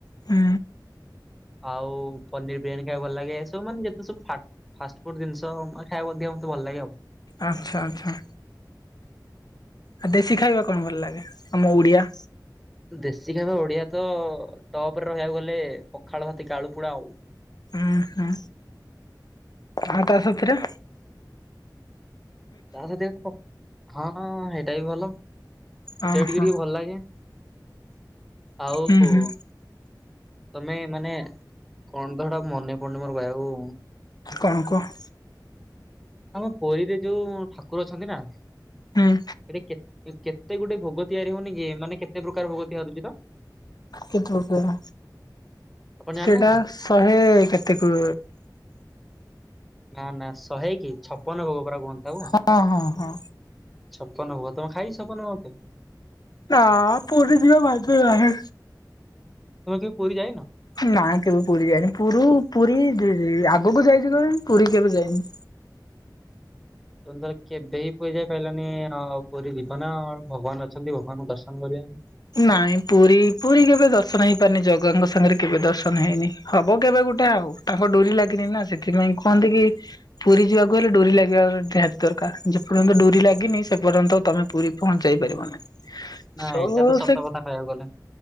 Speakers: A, on the left; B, in the centre.
A: ହୁ
B: ଆଉ ପନିର ବିରିୟାନୀ ଖାଇବା ଭଲ ଲାଗେ ଏ ସବୁ ମାନେ ଯେତେ ସବୁ ଫ ଫାଷ୍ଟ ଫୁଡ ଜିନିଷେ ଖାଇବା ମତେ ଭଲ ଲାଗେ ଆଉ।
A: ଆଚ୍ଛା ଆଚ୍ଛା। ଆଉ ଦେଶୀ ଖାଇବା କଣ ଭଲ ଲାଗେ ଆମ ଓଡିଆ?
B: ଦେଶୀ ଖାଇବା ଓଡିଆ ତ ଟପରେ ରହିବାକୁ ଗଲେ ପଖାଳ ହତି କାଳୁ ପୋଡା ଆଉ।
A: ଉଁ ହୁ। ଆଉ ତା ସଥିରେ?
B: ତା ସାଥିରେ ପ ହଁ ହେଇଟା ବି ଭଲ। ସେଟା
A: ହଁ
B: ବି ଟିକେ
A: ହଁ
B: ଟିକେ ଭଲ ଲାଗେ। ଆଉ
A: ହୁଁ
B: ବୁ
A: ହୁଁ
B: ତମେ ମାନେ କଣ ତ ହେଟା ମନେ ପଡୁନି ମୋର କହିବାକୁ।
A: କଣ କହ।
B: କଣ ପୋଇ ରେ ଯୋଉ ଠାକୁର ଅଛନ୍ତି ନା ହେଠି
A: ହୁଁ
B: କେତେ କେତେ ଗୋଟେ ଭୋଗ ତିଆରି ହଉନି କି ମାନେ କେତେ ପ୍ରକାର ଭୋଗ ତିଆରି ହୋଉଚି ତ?
A: କେତେ ପ୍ରକାର
B: ଆପଣ
A: ସେଇଟା
B: ଜାଣିନାହାନ୍ତି?
A: ଶହେ କେତେ କ
B: ନା ନା ଶହେ କି ଛପନ ଭୋଗ ପରା କୁହନ୍ତି। ତାକୁ।
A: ହଁ ହଁ ହଁ।
B: ଛପନ ଭୋଗ ତମେ ଖାଇ ଛପନ କେବେ?
A: ନା ପୁରୀ ଯିବା ଭାଗ୍ୟ ନାହିଁ।
B: ତମେ କେବେ ପୁରୀ ଯାଇନ?
A: ନା କେବେ ପୁରୀ ଯାଇନି ପୁରୀ ପୁରୀ ଆଗକୁ ଯାଇଛି କଣ ପୁରୀ କେବେ ଯାଇନି।
B: ତମେ ଧର କେବେ ହିଁ ପୁରଇ ଯାଇ ପାରିଲାନି ଆଉ ପୁରୀ ଯିବ ନା ଭଗବାନ ଅଛନ୍ତି ଭଗବାନଙ୍କୁ ଦର୍ଶନ କରିବ।
A: ନାଇଁ ପୁରୀ ପୁରୀ କେବେ ଦର୍ଶନ ହେଇ ପାରନି ଜଗାଙ୍କ ସାଙ୍ଗରେ କେବେ ଦର୍ଶନ ହେଇନି ହବ କେବେ ଗୋଟେ ଆଉ ତାଙ୍କ ଡୋରି ଲାଗିନି ନା ସେଥିପାଇଁ। କୁହନ୍ତି କି ପୁରୀ ଯିବାକୁ ଗଲେ ଡୋରି ଲାଗିବାର ନିହାତି ଦରକାର ଯେ ପର୍ଯ୍ୟନ୍ତ ଡୋରି ଲାଗିନି ସେ ପର୍ଯ୍ୟନ୍ତ ତମେ ପୁରୀ ପହଞ୍ଚ ଯାଇ ପାରିବ ନାହିଁ
B: ନାଁ
A: ସୋ
B: ଏଇଟା ତ ସତ।
A: ସେ
B: କଥା କହିବାକୁ ଗଲେ।